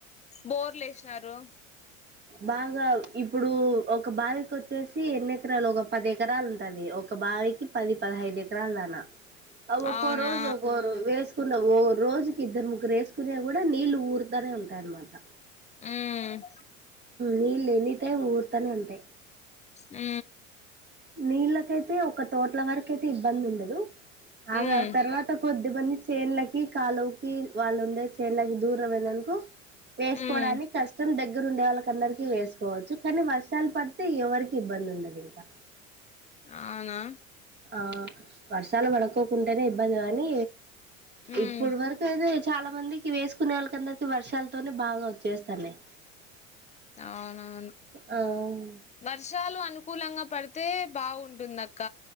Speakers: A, on the left; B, on the right.
A: బోర్ లు లేసినారు
B: బాగా ఇప్పుడు ఒక బావి వచ్చేసి ఎన్ని ఎకరాలు ఒక పది ఎకరాలు ఉంటది ఒక బావికి పది పదహైదు ఎకరలు దనా ఒక్క
A: అవునా
B: రోజు ఒక వేస్ న్న ఓ రోజుకి ఇద్దరు ముగ్గురు వేసుకునే కూడా నీళ్ళలు ఊరుతానే ఉంటాయిన్నమాట
A: మ్మ్
B: నీళ్ళు ఎన్ని టైమ్ ఊర్తనే ఉంటాయి
A: ఆ
B: నీళ్ళకైతే ఒక తోట్ల వరకయితే ఇబ్బంది ఉండదు
A: మ్మ్
B: ఆగా తర్వాత కొద్దిమంది చేన్లకి కాలు వాళ్ళు ఉండేళకి దూరం అకు వేసుకోవడానికి
A: మ్మ్
B: కష్టం దగ్గ దగ్గర ఉండే వాళ్ళకి అందరికి వేసుకోవచ్చు కానీ వర్షాలు పడితే ఎవరికి ఇబ్బంది ఉండదు ఇంకా
A: అవునా
B: ఆ వర్షాలు పడుకోకుంటేనే ఇబ్బంది కానీ
A: మ్మ్
B: ఇప్పుడు వరకు అతే చాలా మందికి వేసుకునే వాళ్ళకి అందరికి వర్షాలతోనే బాగా వచ్చేస్తన్నాయి
A: అవునవును
B: అవు
A: వర్షాలు అనుకూలంగా పడితే బాగుంటుంద అక్క